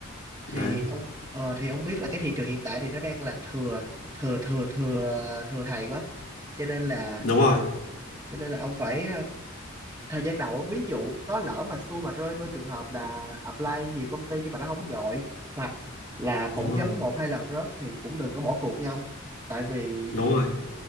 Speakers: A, on the left (about 75°); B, on the right (about 15°).
A: đấy.
B: thì ông ờ, thì ông biết là cái thị trường hiện tại thì nó đang là thừa thừa thừa thừa thừa thầy quá cho nên là
A: Đúng rồi,
B: cho nên là ông phải ờ, thời gian đầu ví dụ có lỡ mà xui mà rơi vô trường hợp là apply nhiều công ty nhưng mà nó không gọi hoặc là
A: đúng
B: phỏng
A: rồi.
B: vấn một hai lần rớt thì cũng đừng có bỏ cuộc nha ông tại vì
A: đúng rồi